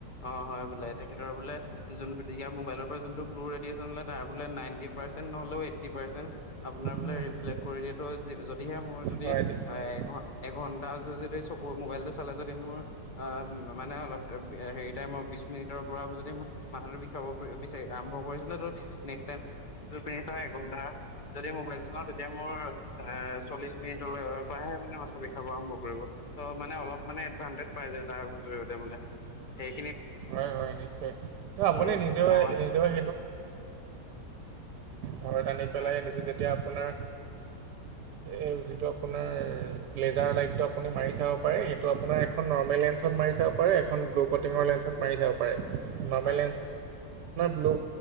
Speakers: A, on the left; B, on the right.
A: অ হয় বোলে তেখেতৰ বোলে যোনয়াৰ মোবাইলৰ পৰা যোনটো ব্লু ৰেডিয়েচনলে তাৰ বোলে নাইনটি পাৰ্চেন্ট নহলেও এইটি পাৰ্চেণ্ট আপোনাৰ বোলে
B: হয়
A: ৰিফ্লেক্ট কৰি দিয়াটোো যদিহে মোৰ যদি
B: হয় নেকি?
A: এ ঘ এঘন্টা যদি চকু মোবাইলটো চালে যদি মোৰ অ মানে অলপ হেৰি টাইমৰ বি মিনিটৰ পৰা যদি ম মাথাটো বিষাব বিচাৰি আৰম্ভ কৰিছিলে ত নেক্স াই এঘন্টা যদি মোবাইল চলাওঁ তেতিয়া মোৰ এ চল্লিশ মিনিটৰ পৰাহে মানে মাথা বিষাব আৰম্ভ কৰিব ত' মানে অলপ মানে এডভানটেজ পাই যায় তাৰ জৰিয়তে বোলে। সেই
B: হয় হয় নি্চয় আপু
A: আৰু
B: নি সেই
A: পাবা
B: হয় ঘৰত আনি পেলাই
A: হয়
B: আনিছো যেতিয়া আপোনাৰ এই যিটো আপোনাৰ লেজাৰ লাইটটো আপুনি মাৰি চাব পাৰে সেইটো আপোনাৰ এখন নৰ্মেল লেঞ্চত মাৰি চাব পাৰে এখন। ল'টিৰ
A: হয়
B: লেঞ্চত ভ আপোনাৰ
A: হয়
B: ব্ল